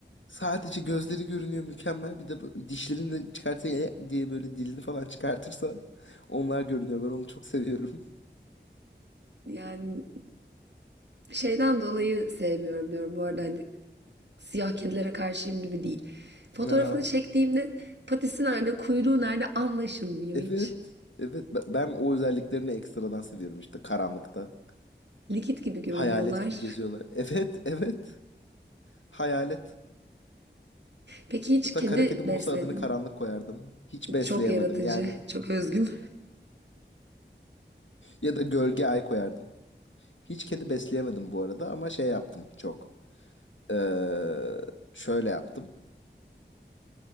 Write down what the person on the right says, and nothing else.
Yani şeyden dolayı sevmiyorum diyorum bu arada hani siyah kedilere karşıyım gibi değil. Fotoğrafını
çektiğimde patisi nerede, kuyruğu nerede anlaşılmıyor
hiç.
Likit gibi görünüyorlar.
Peki hiç
kedi
besledin
mi?
Çok yaratıcı,
çok özgün.